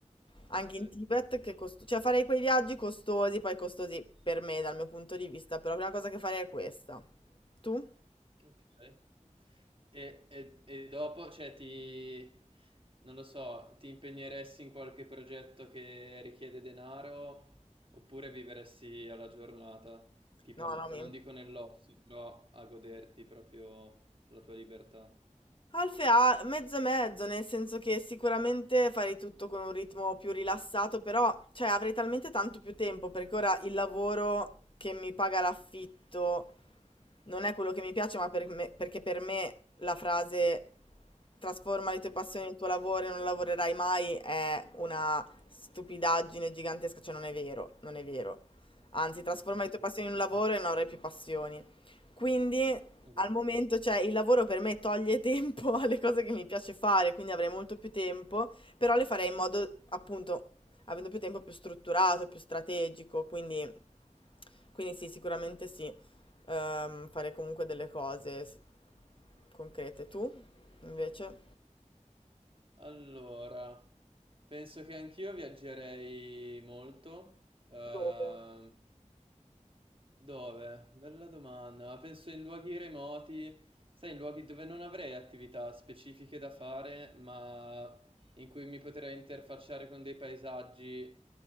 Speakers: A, on the left; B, on the right.
A: anche
B: ok.
A: in Tibet, che è costo- cioè farei quei viaggi costosi, poi costosi per me dal mio punto di vista, però la prima cosa che farei è questa. Tu?
B: Okay. E e e dopo, cioè ti non lo so, ti impegneresti in qualche progetto che richiede denaro oppure vivresti alla giornata? Tipo,
A: No,
B: n
A: no, mi...
B: non dico nell'ozio, però a goderti proprio la tua libertà.
A: Alfe ha mezzo e mezzo, nel senso che sicuramente farei tutto con un ritmo più rilassato, però cioè, avrei talmente tanto più tempo perché ora il lavoro che mi paga l'affitto non è quello che mi piace, ma per me- perché per me la frase trasforma le tue passioni in tuo lavoro e non lavorerai mai è una stupidaggine gigantesca, cioè non è vero, non è vero. Anzi, trasforma
B: Assolutamente.
A: le tue passioni in un lavoro e non avrai più passioni. Quindi
B: Esattamente.
A: al momento, cioè, il lavoro per me toglie tempo <laughs> alle cose che mi piace fare, quindi avrei molto più tempo, però le farei in modo, appunto, avendo più tempo più strutturato, più strategico, quindi, quindi sì, sicuramente sì ehm, fare comunque delle cose s- concrete. Tu, invece?
B: Allora, penso che anch'io viaggerei molto, uhm
A: Dove?
B: Dove? Bella domanda. Ma Penso in luoghi remoti, sai, in luoghi dove non avrei attività specifiche da fare, ma in cui mi potrei interfacciare con dei paesaggi,